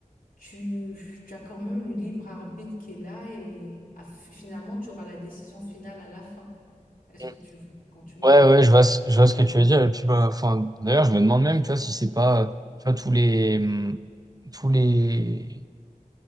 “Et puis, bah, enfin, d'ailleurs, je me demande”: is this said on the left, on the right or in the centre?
Right